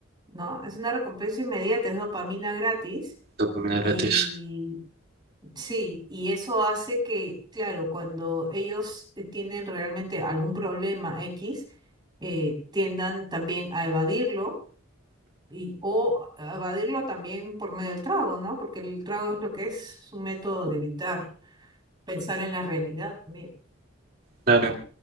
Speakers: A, on the right (about 20°); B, on the right (about 50°).
A: ¿no? Es una recompensa inmediata, es dopamina gratis.
B: Dopamina
A: y
B: gratis.
A: Sí, y eso hace que, claro, cuando ellos eh, tienen realmente algún problema X, eh, tiendan también a evadirlo y, o a evadirlo también por medio del trago, ¿no? Porque el trago es lo que es un método de evitar pensar en la realidad también.
B: Claro.